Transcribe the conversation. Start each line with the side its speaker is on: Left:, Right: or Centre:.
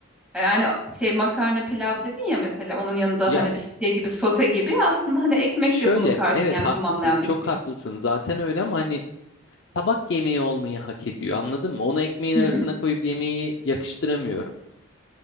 Centre: E, Yani şey makarna pilav dedin ya mesela onun yanında
Left: Ya
Centre: hani bir şey gibi sote gibi aslında hani ekmek
Left: şöyle
Centre: de bunu karşılayan
Left: evet
Centre: tamamlayan
Left: haklısın,
Centre: bir
Left: çok
Centre: şey.
Left: haklısın. Zaten öyle ama hani tabak yemeği olmayı hak ediyor. Anladın mı? Onu ekmeğin
Centre: Hmm.
Left: arasına koyup yemeği yakıştıramıyorum.